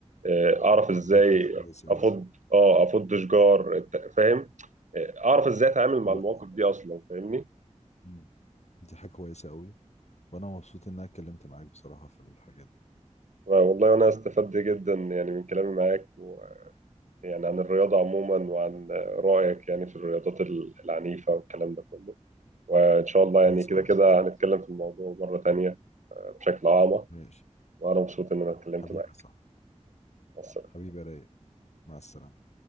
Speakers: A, on the right; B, on the left.
A: آه، اعرف ازاي
B: دي حاجه كويسه
A: افض
B: قوي
A: اه افض شجار فاهم آه، اعرف ازاي اتعامل مع
B: والله
A: المواقف دي اصلا فاهمني
B: مم. دي حاجة كويسة قوي وانا مبسوط ان انا اتكلمت معاك بصراحة في الحاجات دي
A: والله وأنا استفدت جدا يعني من كلامي معاك ويعني عن الرياضة عموما وعن رأيك يعني في الرياضات ال- العنيفة والكلام ده كله وإن شاء الله
B: خالص
A: يعني كده
B: معاك
A: كده
B: صح.
A: هنتكلم في الموضوع مرة تانية بشكل أعمق
B: ماشي
A: وأنا مبسوط إن أنا اتكلمت
B: حبيبي
A: معاك
B: صح
A: مع السلامة
B: حبيبي يا رايق مع السلامة